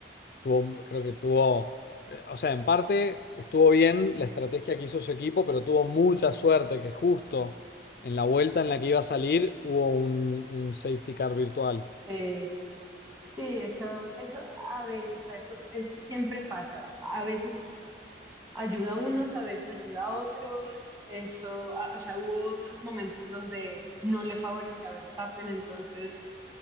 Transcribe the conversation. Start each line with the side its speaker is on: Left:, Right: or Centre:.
Left: Tuvo, creo que tuvo, eh, o sea, en parte estuvo bien la estrategia que hizo su equipo, pero tuvo mucha suerte que justo en la vuelta en la que iba a salir hubo un, un safety car virtual.
Right: Eh, sí, eso, eso a veces, o sea, eso, eso siempre pasa. A veces Ayuda a unos, a veces ayuda a otros. Eso, a- o sea, hubo otros momentos donde no le favoreció a Verstappen, entonces